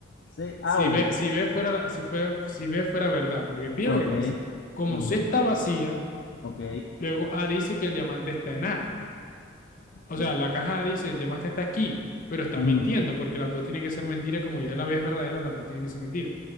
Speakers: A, on the left; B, on the left.
A: C,
B: Si
A: A o
B: B,
A: B.
B: si B fuera, si fue, si B fuera verdad, porque pide
A: Ah,
B: lo que
A: ok.
B: pasa. Como
A: Ujú,
B: C está vacía,
A: Ok.
B: Luego A dice que el diamante está en A. O
A: Sí.
B: sea, la caja A dice el diamante está aquí, pero está
A: Ujú.
B: mintiendo porque las dos tienen que ser mentiras, como ya la vez verdadera, las dos tienen que ser mentiras.